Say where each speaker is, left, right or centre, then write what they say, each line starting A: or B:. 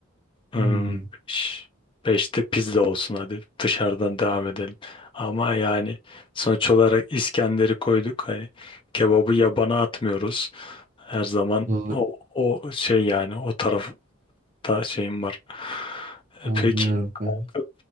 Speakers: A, on the left; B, on the right.
A: Hmm,
B: Hmm,
A: ş- beşte pizza olsun hadi dışarıdan devam edelim. Ama yani sonuç olarak İskender'i koyduk. Hani kebabı yabana atmıyoruz. Her zaman
B: doğru
A: o, o şey yani o tarafı Hatta şeyim var.
B: anlıyorum
A: E, Peki kalkıp
B: kanka.